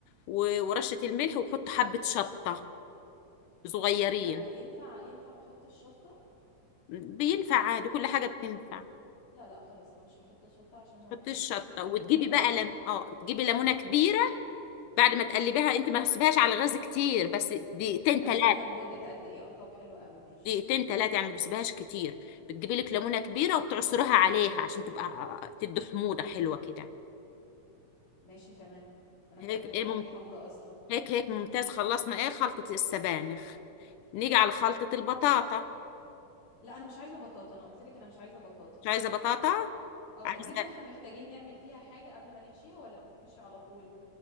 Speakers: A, on the left; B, on the left.
A: و- ورشة الملح وحط حبة شطة صغيرين
B: لا ينفع ينفع ما احطش شطه
A: بينفع عادي كل حاجة بتنفع
B: لا لا خلاص انا مش هحط شطه عشان ما
A: حطي
B: بحبش
A: الشطة
B: الحاجات
A: وتجيبي
B: الحراقه
A: بقى
B: لا
A: لم... اه تجيبي ليمونة كبيرة بعد ما تقلبيها انت ما تسيبهاش على الغاز كتير بس دقيقتين
B: اسيبها
A: ثلاثة
B: لمدة قد ايه اه طب حلو قوي ماشي
A: دقيقتين ثلاثة يعني ما بتسيبهاش كتير بتجيبي لك ليمونة كبيرة وبتعصريها عليها عشان تبقى تدي حموضة حلوة كده
B: ماشي تمام انا بحب
A: هيك
B: الحاجات
A: ايه ممت...
B: الحامضة اصلا
A: هيك هيك ممتاز خلصنا ايه خلطة السبانخ نيجي على خلطة البطاطا
B: لا انا مش عايزة بطاطا انا قلت لك انا مش عايزة بطاطا
A: مش عايزة بطاطا
B: اه
A: عايزة
B: الجبنة احنا محتاجين نعمل فيها حاجة قبل ما نحشيها ولا بتتحشي على طول